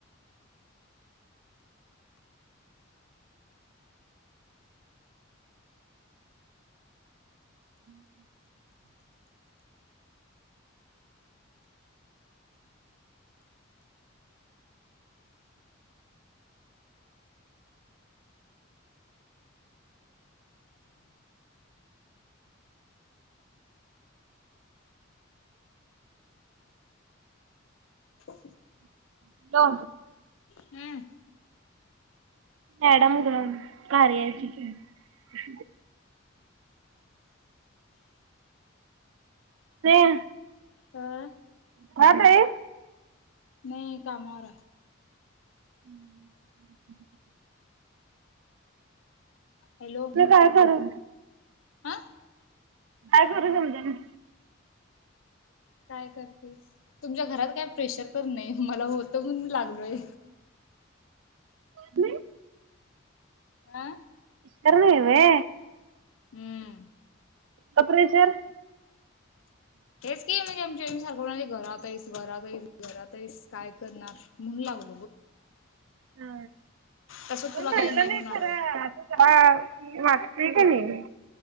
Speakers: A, on the right; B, on the left.
A: <inaudible>
B: <inaudible> ओ
A: <unintelligible> तो
B: हम्म
A: मॅडम कार्याची केली आहे <inaudible>
B: अ
A: ह पाण्यं
B: नाही कामावर हाय
A: <inaudible>
B: हॅलो
A: तेे काय कराल
B: हा
A: काय करू समजं ना
B: काय करतेस तुमच्या घरात काय प्रेशर पण न्हाय मला होत म्हण लागलोय
A: <inaudible> म्या
B: आ
A: कर ना रे
B: हम्म
A: कपडेचर
B: हेच की म्हणजे आमच्या हे येउन सारखं कोणा घरात आहेस घरात आहेईस घरात आहेस काय करणार म्हणून लागल
A: हा
B: तसं
A: कोण
B: तुला
A: म्हणलं
B: काही
A: नाही
B: म्हणालोय.
A: खरं आं वाटतय का नाय